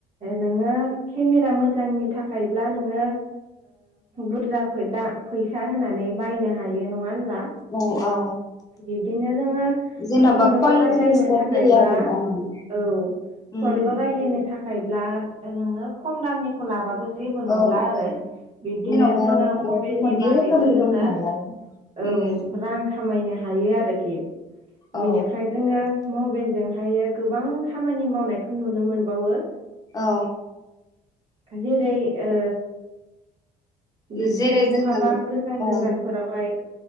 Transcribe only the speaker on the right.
नोङो केमेरा मोजांनि थाखायब्ला नोङो बुरजा दा फैसा होनानै बायनो हायो नङा होनब्ला
बिब्दिनो जोङो
फनल'
रायलायनो
थाखायब्ला
औ फनल'
रायलायनो थाखायब्ला नोङो खम दामनि खौ लाबाबो जेबो नंला
आरो
बिब्दिनो
जोङो
मबाइलनि
बारैबो
जोङो
औ
रां खामायनो हायो आरोखि
बिनिफ्राय जोङो मबाइलजों ह गोबां खामानि मावनायखौ नुनो मोनबावो
खाजिर आ बिब्दिनो
बहाबा
गोजान
गोजानफोरावहाय